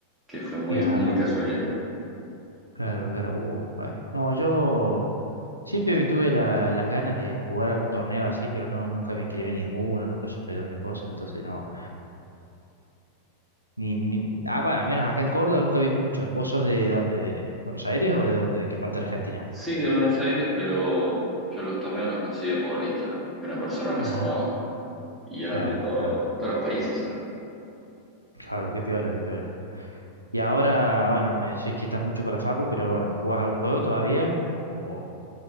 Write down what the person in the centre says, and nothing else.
que fue muy,
muy de casualidad.
Sí, de Buenos Aires, pero yo los torneos los conseguía por Instagram, que una persona los
armaba y eran
de todo,
todos los países, ¿no?